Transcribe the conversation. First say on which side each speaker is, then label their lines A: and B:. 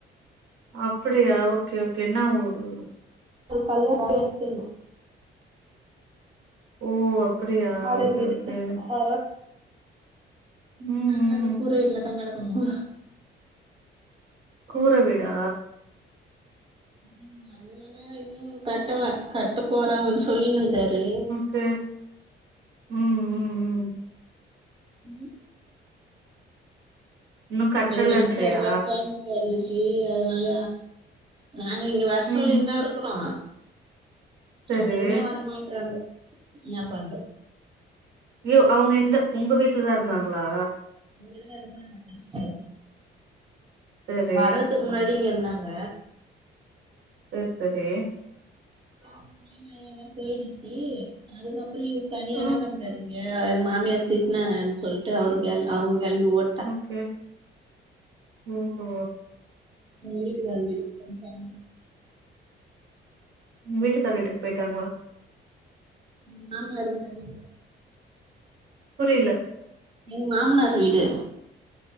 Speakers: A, on the right; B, on the right.
A: அப்டியா ஓகே ஓகே என்ன ஊரு
B: ஒரு கல்யாண தப்ப எடுத்தது
A: ஓ அப்டியா
B: வாடக
A: ஓகே
B: வீடு
A: ஓகே
B: ஆ
A: ம்
B: நாங்கள அந்த
A: ம்
B: கூற வீடல தா கிடக்கணு
A: கூற வீடா
B: ம் அத அனா இன்னு கட்டல கட்ட போறாங்கன்னு சொல்லினுந்தாரு
A: க்கு ம் ம் ம்
B: உ
A: இன்னு கட்டலன்றியா
B: எங்க நாத்தனாறுக்கு வேற கொழந்த பெறந்துசு அதனால நாங்க இங்க வரசொல்லினு
A: ம்
B: தா இருக்கறோ
A: சரி
B: அதுவுமே வரமாட்றாங்க என பண்றது
A: யோ அவுங்க எந்த உங்க வீட்டுல தா இருந்தாங்களா
B: நீங்க இருங்க இருங்க எனக்கு பிரச்சன இல்ல
A: சரி
B: வர்றதுக்கு முன்னாடி இங்க இருந்தாங்க
A: சேரி சேரி
B: அப்படியா நல்லாதா போயிடுச்சு அதுக்கப்றோ இவரு தனியா
A: ம்
B: தா கிடந்தாரு இங்க எங்க மாமியார் திட்டினங்கன்னு சொல்லிட்டு அவரு அவுங்க கிளம்பி ஓ
A: ஓகே ஓ ஓ
B: அவுங்க வீட்டுகாரர் வீட்டுக்கு கிளம்பிடாங்க
A: வீட்டுக்கார வீட்டுக்கு போயிட்டாங்களா
B: ம் மாமனார் இருந்தாரு
A: புரில
B: எங்க மாமனார் வீடு